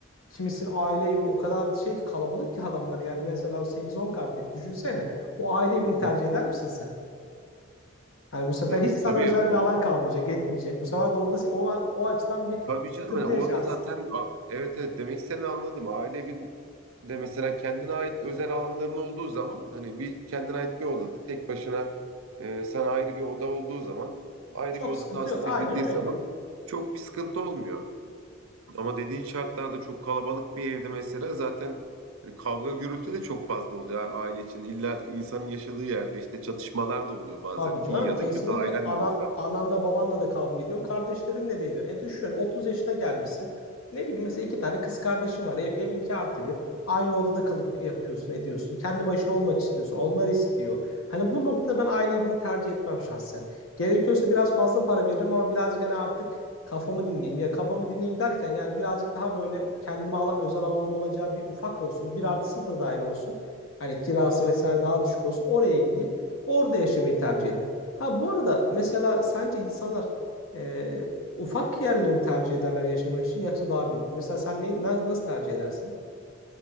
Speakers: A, on the left; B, on the right.
A: kimisinin aile evi o kadar şey ki kalabalık ki adamlar. Yani mesela sekiz on kardeş düşünsene. O aile evini
B: hı hı.
A: tercih eder misin sen? Yani bu sefer
B: Ya
A: hiç sana
B: tabii
A: özel
B: o
A: bir alan kalmayacak, etmeyecek. Bu sefer de orada o, o açıdan bir
B: Tabii
A: sıkıntı
B: canım hani orada
A: yaşarsın.
B: zaten a- evet evet demek istediğini anladım. Aile evinde mesela kendine ait özel alanların olduğu zaman hani bir kendine ait bir odada tek başına e, sana ayrı bir oda olduğu zaman ayrı
A: Çok
B: bir oda
A: sıkıntı
B: tahsis
A: yok. Aynen
B: edildiği
A: öyle.
B: zaman çok bir sıkıntı olmuyor. Ama dediğin şartlarda çok kalabalık bir evde mesela zaten hani kavga gürültü de çok fazla oluyor a- aile içinde. İlla insanın yaşadığı yerde işte çatışmalar da oluyor bazen
A: Tabii canım
B: iyi ya
A: kesinlikle
B: da kötü ailen
A: ana,
B: de olsa.
A: ananla babanla da kavga ediyorsun. Kardeşlerinle de ediyorsun. E düşün 30 yaşına gelmişsin. Ne bileyim mesela iki tane kız kardeşin var. Ev, ev iki artı bir. Aynı odada kalıp yapıyorsun, ediyorsun. Kendi başına olmak istiyorsun. Onlar istiyor. Hani bu noktada ben aile evini tercih etmem şahsen. Gerekiyorsa biraz fazla para veririm ama birazcık hani artık kafamı dinleyeyim. Ya kafamı dinleyeyim derken yani birazcık daha böyle kendime ala, özel alanım olacağı bir ufak olsun. Bir artı sıfır daire olsun. Hani kirası vesaire daha düşük olsun. Oraya gideyim. Orada yaşamayı tercih ederim. Ha bu arada mesela sence insanlar e, ufak yerleri mi tercih ederler yaşamak için yoksa daha büyük mü? Mesela sen ne, nas- nasıl tercih edersin?